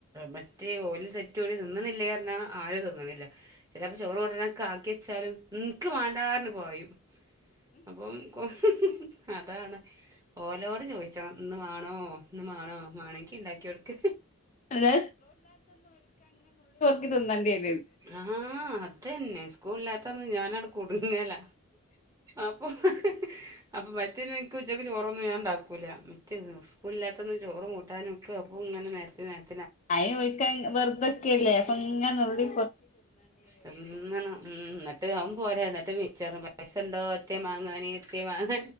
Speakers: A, on the right (about 15°); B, on the left (about 35°).
A: മറ്റേ ഓല് സെറ്റ് ഒരു തിന്ന്ണില്ലേ ർഞാ ആരും ത്തിന്ന്ണില്ല ചെലേപം ചോറ് കൊണ്ടരാൻ ആക്കിച്ചാലും ഇൻക്ക് വണ്ടാർഞ് പായും അപ്പം കൊ അതാണ് ഓലോട് ചോയിച്ചണം ഇന്ന് വേണോ ന്ന് മാണോ മാണങ്കി ണ്ടാക്കി കൊടുക്ക്
B: അതെ ത്ന്നണ്ടിരും
A: ആഹ് അതന്നെ സ്കൂളില്ലാത്ത ഇന്ന് ഞാനട് കുടുങ്ങല അപ്പം അപ്പം മറ്റേ നിനിക്ക് ഉച്ചയ്ക്ക് ചോറൊന്നും വാണ്ടാക്കില്ല മറ്റേ സ്കൂളില്ലാത്തന്ന് ചോറും കൂട്ടാനും ഒക്കും അപ്പൾ ഇങ്ങനെ നിരത്തി നിരത്തി
B: അയോയിക്കാ വെറുതൊക്കെല്ലേ അപ്പൊ ഇങ്ങനെുള്ളി
A: പിങ്ങ ഉ നട്ട് ആും പോരായിര എന്നിട്ട് മിച്ച പൈസ ഉണ്ടോ ഒത്തിയ മാങ്ങാനൻ അക്കേമാണ്